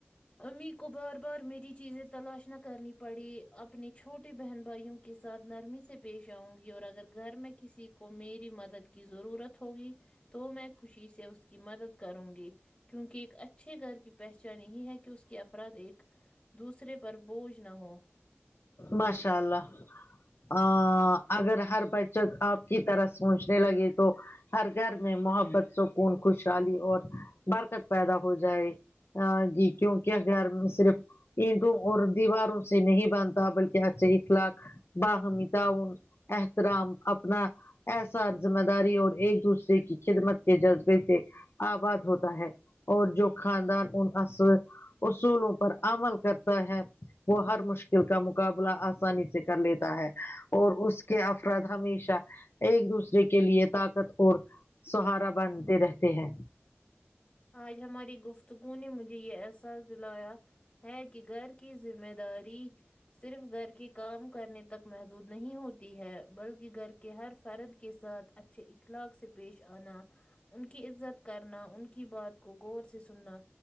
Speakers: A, on the left (about 25°); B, on the left (about 60°).
A: امی کو بار بار میری چیزیں تلاش نہ کرنی پڑی اپنے چھوٹے بہن بھائیوں کے ساتھ نرمی سے پیش آؤں گی اور اگر گھر میں کسی کو میری مدد کی ضرورت ہوگی تو میں خوشی سے اس کی مدد کروں گی کیونکہ ایک اچھے گھر کی پہچان یہی ہے کہ اس کے افراد ایک دوسرے پر بوجھ نہ ہو
B: ماشاء اللہ ا اگر ہر بچت آپ کی طرح سوچنے لگے تو ہر گھر میں محبت سکون خوشحالی اور برکت پیدا ہو جائے آ گی کیونکہ گھر میں صرف اینٹوں اور دیواروں سے نہیں بنتا بلکہ اچھے اخلاق باہمی تعاون احترام اپنا احساس ذمہ داری اور ایک دوسرے کی خدمت کے جذبے سے آباد ہوتا ہے اور جو خاندان ان اصر اصولوں پر عمل کرتا ہے وہ ہر مشکل کا مقابلہ آسانی سے کر لیتا ہے اور اس کے افراد ہمیشہ ایک دوسرے کے لیے طاقت اور سہارا بنتے رہتے ہیں
A: آج ہماری گفتگو نے مجھے یہ احساس دلایا ہے کہ گھر کی ذمہ داری صرف گھر کے کام کرنے تک محدود نہیں ہوتی ہے بلکہ گھر کے ہر فرد کے ساتھ اچھے اخلاق سے پیش آنا ان کی عزت کرنا ان کی بات کو غور سے سننا